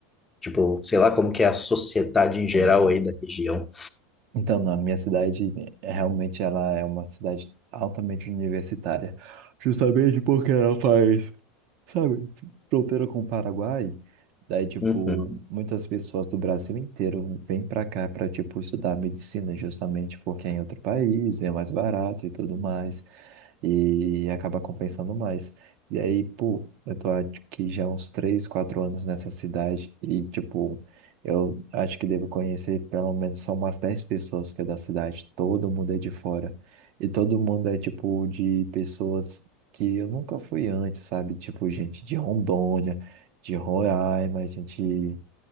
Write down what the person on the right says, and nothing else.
São
sim.
Então, na minha cidade, é- realmente ela é uma cidade altamente universitária. Justamente porque ela faz Sabe, fronteira com o Paraguai, daí, tipo,
muitas pessoas do Brasil inteiro vêm para cá para tipo, estudar medicina, justamente porque é em outro país, é mais barato e tudo mais, e acaba compensando mais. E aí, pô, eu tô acho que já há uns 3 4 anos nessa cidade e, tipo, eu acho que devo conhecer pelo menos só umas 10 pessoas que é da cidade, todo mundo é de fora. E todo mundo é tipo de pessoas que eu nunca fui antes, sabe? Tipo, gente de Rondônia, de Roraima, gente.